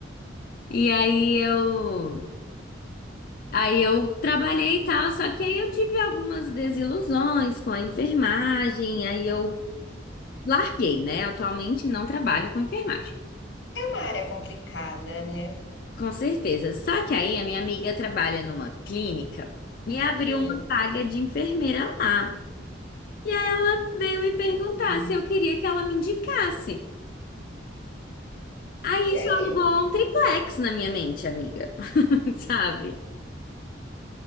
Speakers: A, on the left; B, on the left.
A: E aí eu. Aí eu trabalhei e tal, só que aí eu tive algumas desilusões com a enfermagem, aí eu Larguei, né? Atualmente não trabalho com enfermagem.
B: É uma área complicada, né?
A: Com certeza. Só que aí a minha amiga trabalha numa clínica e abriu
B: Hum.
A: uma vaga de enfermeira lá. E aí ela veio me perguntar
B: Hum.
A: se eu queria que ela me indicasse. Aí
B: E
A: isso
B: aí?
A: alugou um triplex na minha mente, amiga. <laughs> Sabe?